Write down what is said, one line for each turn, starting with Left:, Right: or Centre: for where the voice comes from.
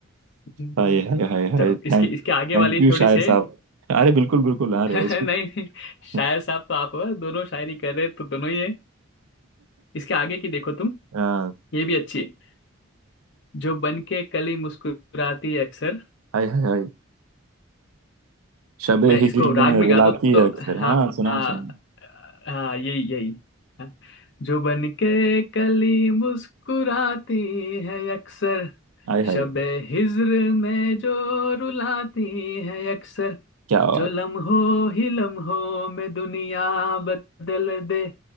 Left: हम्म,
Right: Hi hi hi hi
Left: चलो
Right: Thank
Left: इसके इसके आगे
Right: thank
Left: वाली
Right: you
Left: थोड़ी
Right: शायर
Left: से
Right: साहब अरे बिल्कुल बिल्कुल आ
Left: <laughs>
Right: रहे
Left: नहीं
Right: हैं इसको
Left: नहीं शायर
Right: <laughs>
Left: साहब तो आप हो, दोनों शायरी कर रहे तो दोनों ही है इसके आगे की देखो तुम
Right: हाँ
Left: ये भी अच्छी है जो बन के कली मुस्कुराती है अक्सर
Right: हाय हाय हाय शबे
Left: मैं
Right: हिजर
Left: इसको राग
Right: में
Left: में
Right: रुलाती
Left: गाता हूं, तो
Right: है अक्सर
Left: हाँ
Right: हाँ सुनाओ
Left: हाँ
Right: सुनाओ
Left: हाँ यही यही हाँ। जो बन के कली मुस्कुराती है अक्सर
Right: हाय हाय
Left: शबे हिज्र में जो रुलाती है अक्सर
Right: क्या बात
Left: जो लम्हों ही लम्हों में दुनिया बदल दे